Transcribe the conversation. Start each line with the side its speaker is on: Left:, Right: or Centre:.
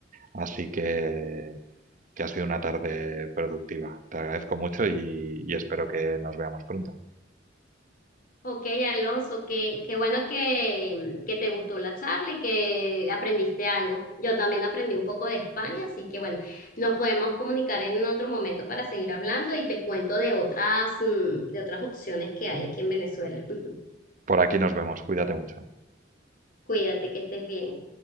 Right: así que, que ha sido una tarde productiva. Te agradezco mucho y y espero que nos veamos pronto.
Left: Ok, Alonso, qué, qué bueno que, mm, que te gustó la charla y que aprendiste algo. Yo también aprendí un poco de España, así que bueno, nos podemos comunicar en otro momento para seguir hablando y te cuento de otras, mm, de otras opciones que hay aquí en Venezuela. <laughs>
Right: Por aquí nos vemos. Cuídate mucho.
Left: Cuídate, que estés bien.